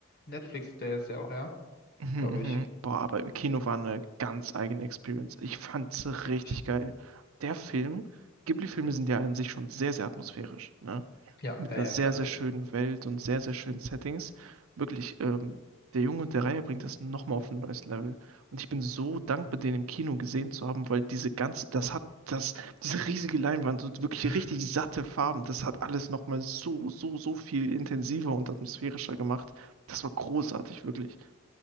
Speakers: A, on the left; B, on the right.
A: Netflix, der ist ja auch, ja,
B: Mhm,
A: glaube ich.
B: mhm. Boah, aber im Kino war eine ganz eigene Experience. Ich fand's
A: glaub
B: richtig
A: ich.
B: geil. Der Film, Ghibli-Filme sind ja an sich schon sehr, sehr atmosphärisch, ne?
A: Ja,
B: mit
A: ja,
B: einer
A: ja,
B: sehr,
A: klar,
B: sehr
A: safe.
B: schönen Welt und sehr, sehr schönen Settings. Wirklich, ähm, der Junge und der Reihe bringt das nochmal auf ein neues Level. Und ich bin so dankbar, den im Kino gesehen zu haben, weil diese ganze, das hat das, diese riesige Leinwand und wirklich
A: Mhm.
B: richtig satte Farben, das hat alles nochmal so, so, so viel intensiver und atmosphärischer gemacht. Das war großartig, wirklich.